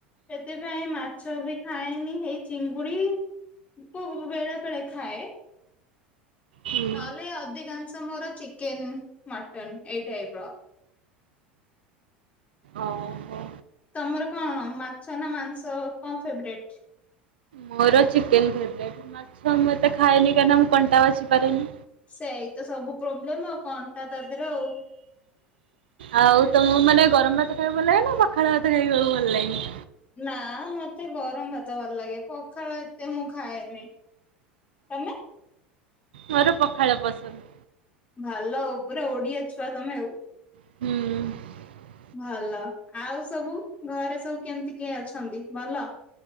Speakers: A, on the left; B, on the right.
A: ସେଥିପାଇଁ ମାଛ ବି ଖାଏନି ଏଇ ଚିଙ୍ଗୁଡି ଭୋକ କଲେ ବେଳେ ବେଳେ ଖାଏ।
B: ହୁଁ।
A: ନହେଲେ ଅଧିକାଂଶ ମୋର ଚିକେନ ମଟନ ଏଇ ଟାଇପର।
B: ଓ ହୋ।
A: ତମର କଣ ମାଛ ନାଁ ମାଂସ କଣ ଫେବ୍ରେଟ୍?
B: ମୋର ଚିକେନ ଫେବ୍ରେଟ୍ ମାଛ ମୁଁ ଏତେ ଖାଏନି କାରଣ ମୁଁ କଣ୍ଟା ବାଛି ପାରେନି।
A: ସେଇତ ସବୁ ପ୍ରୋବ୍ଲେମ୍ ଆଉ କଣ୍ଟା ତା ଦେହେରେ ଆଉ।
B: ଆଉ ତମକୁ ମାନେ ଗରମ ଭାତ ଖାଇବାକୁ ଭଲ ଲାଗେ ନାଁ ପଖାଳ ଭାତ ଖାଇବାକୁ ଭଲ ଲାଗେ?
A: ନାଁ ମତେ ଗରମ ଭାତ ଭଲ ଲାଗେ ପଖାଳ ଏତେ ମୁଁ ଖାଏନି। ତମେ?
B: ମୋର ପଖାଳ ପସନ୍ଦ।
A: ଭଲ ଆଉ ପୁରା ଓଡିଆ ଛୁଆ ତମେ ଆଉ।
B: ହୁଁ।
A: ଭଲ ଆଉ ସବୁ ଘରେ ସବୁ କେମିତି କିଏ ଅଛନ୍ତି ଭଲ?